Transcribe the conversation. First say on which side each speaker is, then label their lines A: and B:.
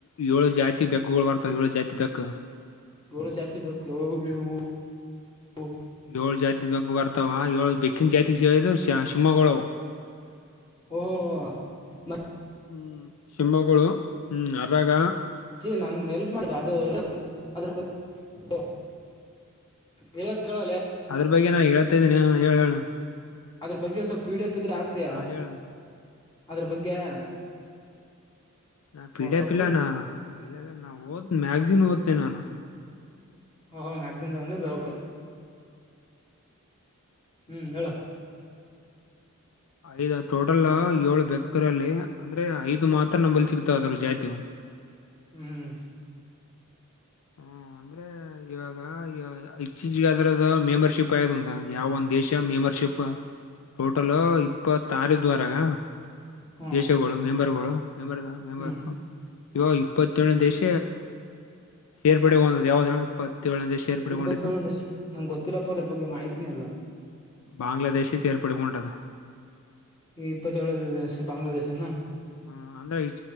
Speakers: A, on the left; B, on the left.
A: ಏಳು ಜಾತಿ ಬೆಕ್ಗಳು ಬರ್ತಾವ ಏಳು ಜಾತಿ ಬೆಕ್
B: ಏಳ್ ಚಾತಿ ಬೆಕ್ಕು ಹೋಬ್ಳಿಹೋ ಓ
A: ಏಳ್ ಜಾತಿ ಬಗ್ ಬರ್ತಾವ ಏಳು ಬೆಕ್ಕಿನ ಜಾತಿ ಹೇಳಿದ ಶಿಮೊಗೊಳವು
B: ಓಹೋ ಮ
A: ಹ್ಮ್ ಶಿಮೊಗ್ಳು ಹ್ಮ್ ಅರಗ
B: ಛೆ ನನ್ಗೆ ಎಲ್ಪ್ ಮಾಡಿದೆ ಅದು ಇ ಅದ್ರ ಬಗ್ ಓ ಹೇಳದ ಕೇಳಲ್ಲೇ
A: ಅದ್ರ ಬಗ್ಗೆ ನಾು ಹೇಳ್ತಿದ್ದೀನಿ ಹ್ಮ್ ಹೇಳ್ ಹೇಳು
B: ಅದ್ರ ಬಗ್ಗೆ ಸ್ವಲ್ ಪಿ ಡಿ ಎಪ್ ಇದ್ರೆ ಆಗ್ತಯಾ
A: ಹೇಳ
B: ಅದ್ರ ಬಗ್ಗೆ
A: ನಾ ಪಿಡೆ
B: ಸಂಪೂರ್ಣ
A: ಪಿಲ್ಲ ನ ಇಲ್ಲಲ್ಲ ನಾ ಓದ್ ಮ್ಯಾಗಸನ್ ಓದ್ತೇನೆ ನಾನು
B: ಓ ಹೋ ಮ್ಯಾಗಸಿನ್ದೆನಿದು ಓಕೆ ಹ್ಮ್ ಹೇಳ
A: ಐದ್ ಟೋಟಲ್ ಏಳು ಬೇಕ್ರಲ್ಲಿ ಅಂದ್ರೆ ಐದು ಮಾತ್ರ ನಂಬಲ್ಲಿ ಸಿಗ್ತಾವ ಅದ್ರ ಜಾತಿವು ಹ
B: ಹ್ಮ್ ಹ್ಮ್
A: ಹ್ಮ ಅಂದ್ರೆ ಇವಾಗ ಇಚ್ತೀಚಿದ್ರದ ಮೆಂಬರ್ಶಿಪ್ ಆಯದ ಯಾವಂದ ದೇಶ ಮೆಂಬರ್ಶಿಪ್ ಟೋಟಲ್ ಇಪ್ಪತ್ತಾರ ದ್ವರಾಗ
B: ಹ್ಮ್
A: ದೇಶಗಳು ಮೆಂಬರ್ ಗೋಳು ಮೆಂಬರ್ದ ಮೆಂಬರ್
B: ಹ್ಮ್
A: ಇವಾಗ ಇಪ್ಪತ್ತೇಳನ ದೇಶ ಸೇರ್ಪಡೆಗೊಂಡದು ಯಾವ್ದ ಇಪ್ಪತ್ತೇಳನೇ ಸೇರ್ಪಡೆಗೊಂಡಿದ್ದು
B: ಇಪ್ಪತ್ತಳ್ ದೇಶ ನಮ್ಗೆ ಗೊತ್ತಿಲ್ಲಪ್ಪದ್ರ ಬಗ್ಗೆ ಮಾಹತಿನ ಅಲ್ಲ ಹ
A: ಬಾಂಗ್ಲಾದೇಶ ಸೇರ್ಪಡಂಟದ
B: ಈ ಇಪ್ಪತ್ತದೋಳ ಬಾಂಗ್ಲಾದೇಶನಾ
A: ಹ್ಮ್ ಅಂದ್ರೆ